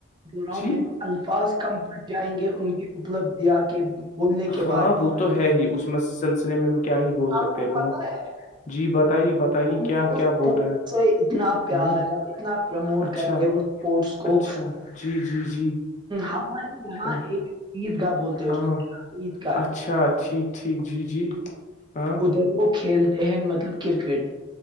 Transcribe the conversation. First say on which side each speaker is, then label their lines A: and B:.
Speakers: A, on the right; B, on the left.
A: بوں
B: جی
A: میں الفاظ کم پٹ جائیں گے ان کی اپلبدیاں کے بولنے
B: ہاں
A: کے بارے
B: وہ
A: میں
B: تو ہے ہی اس سلسلے میں ہم کیا ہی بول سکتے
A: وہ
B: ہیں بہت
A: پتا ہے
B: جی بتائیے بتائیے
A: ان
B: کیا
A: کو
B: کیا
A: اسپورٹ
B: بول رہے ہیں
A: سے اتنا
B: آپ
A: پیار
B: ہوں
A: ہے اتنا پرموٹ
B: اچھا
A: کرتے ہیں وہ اسپورٹس کو
B: اچھا جی جی جی
A: ہمارے یہاں
B: اوہ،
A: ایک عید گاہ بولتے ہیں
B: ہاں
A: اس کے عید کاار
B: اچھا ٹھیک ٹھیک جی جی ہاں
A: ادھر وہ کھیلتے ہیں مطلب کرکٹ